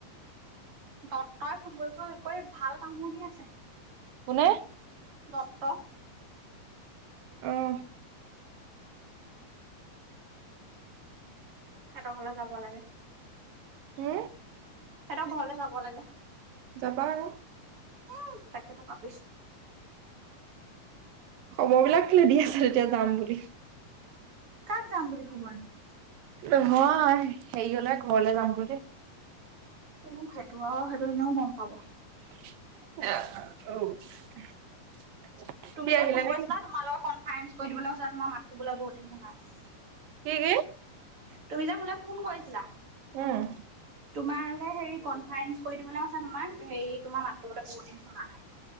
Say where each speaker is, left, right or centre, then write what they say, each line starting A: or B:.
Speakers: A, on the right (about 40°); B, on the right (about 70°).
A: দত্তই ফোন কৰি ভাল কামোৰ দি আছে।
B: কোনে।
A: দত্ত
B: অহ।
A: হেতৰফালে যাব লাগে।
B: হু
A: সিহঁক ঘৰলে যাব লাগে।
B: যাবা আৰু।
A: উম তাকেতো ভাবিছো।
B: খবৰ বিলাক লেদি আছে তেতিয়া যাম বুলি।
A: কাক যাম বুলি খবৰ নো।
B: নহয় হেৰি হলে ঘৰলে যাম বুলি।
A: উ সেইটো আৰু সেইটো এনেও গম পাব।
B: <unintelligible>
A: তুমি
B: সি
A: যে
B: আহিলে
A: ফোন
B: নেকি?
A: কৰিছিলা তোমাৰ লগত কনফাৰেন্ঞ্চ কৰি দিবলৈ কৈছিল তোমাৰ মাতটো বোলে বহুত দিন শুনা নাই।
B: কি কি?
A: তুমি যে মোলে ফোন কৰিছিলা?
B: উম।
A: তোমাৰ হলে হেৰি কনফাৰেন্ঞ্চ কৰি দিবলৈ কৈছে তোমাৰ, হেৰি তোমাৰ মাতটো বুলে বহুত দিন শুনা নাই?